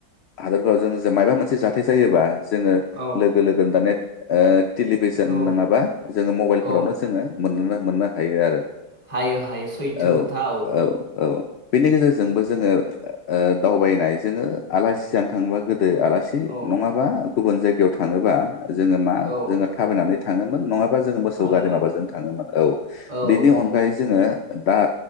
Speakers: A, on the left; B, on the right.
A: हादरफ्राव जों माबा मोनसे जाथाय जायोबा जोङो
B: औ
A: लोगो लोगोन दान ओ टेलिभिसन
B: औ
A: नङाबा जोङो मबाइलफोरावनो
B: औ
A: जोङो मोनोनो मोननो हायो आरो
B: हायो हायो सैथो
A: औ
B: खोथा
A: औ औ बेनि गेजेरजोंबो जोङो ओ दावबायनाय जोङो आलासि जानो थाङोबा गो दो आलासि
B: औ
A: नङाबा गुबुन जायगायाव थाङोबा जोङो मा
B: औ
A: जोङो थाबायनानै थाङोमोन नङाबा जोङो मोसौ
B: थाङोमोन
A: गारि माबाजों थाङोमोन औ
B: औ
A: बिनि
B: औ
A: अनगायै जोङो। दा